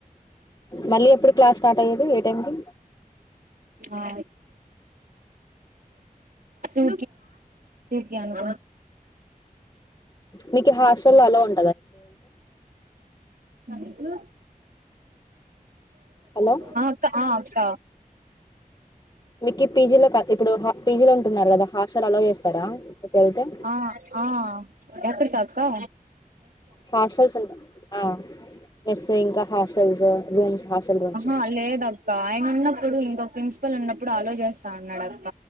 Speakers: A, on the left; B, on the right.
A: మళ్ళీ ఎప్పుడు క్లాస్ స్టార్ట్ అయ్యేది ఏ టైంకి
B: ఆ టు కి అన
A: నీకు హాస్టల్ అలా ఉం
B: అ మ
A: హలో
B: ఆ అక్క ఆ అక్క
A: మీక్ పీజీ లో కాదు ఇప్పుడు పిజీ లో ఉంటున్నారు కదా హాస్టల్ అలో చేస్తారా వెళ్తే
B: ఆ ఆ పిత కా
A: హార్షల్ స ఆ మస్ ఇంకా హాస్టల్స్ రూమ్స్ హాస్టల్ రూమ్స్
B: ఆహా లేదక్క ఆయన ఉన్నప్పుడు ఇంకొ ప్రిన్సిపల్ ఉన్నప్పుడు ఆలోచేస్తా అన్నాడక్క